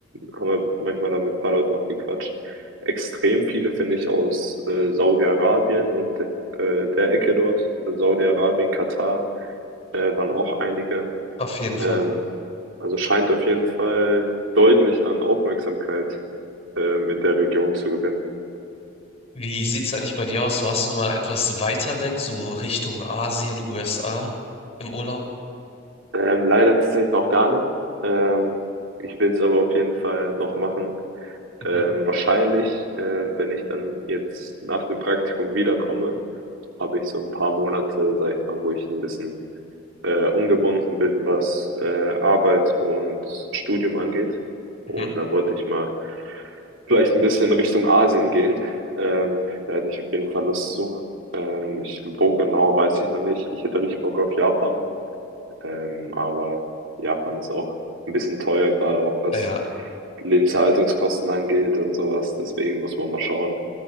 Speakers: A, on the right (about 85°); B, on the left (about 35°).
A: haben wir manchmal da mit ein paar Leuten noch gequatscht. Extrem viele finde ich aus äh, Saudi-Arabien und äh, der Ecke dort. also Saudi-Arabien, Katar äh, waren auch einige.
B: Auf jeden Fall.
A: Ähm, also scheint auf jeden Fall deutlich an Aufmerksamkeit ähm, in der Region zu gewinnen.
B: wie sieht's eigentlich bei dir aus? Warst du mal etwas weiter weg, so Richtung Asien, USA im Urlaub?
A: Ähm, leider tatsächlich noch gar nicht. Ähm, ich will es aber auf jeden Fall noch machen.
B: Mhm,
A: Ähm, wahrscheinlich, ähm, wenn ich dann jetzt nach dem Praktikum wiederkomme, habe ich so ein paar Monate, sag ich mal, wo ich ein bisschen äh, ungebunden bin, was äh, Arbeit und Studium angeht. Und
B: mhm.
A: da wollte ich mal vielleicht ein bisschen Richtung Asien gehen. Ähm, da hätte ich auf jeden Fall Lust zu. Ähm, ich, wo genau, weiß ich noch nicht. Ich hätte richtig Bock auf Japan. Ähm, aber Japan ist auch ein bisschen teuer, gerade auch was
B: Ja,
A: Lebenshaltungskosten angeht und sowas. Deswegen muss man mal schauen,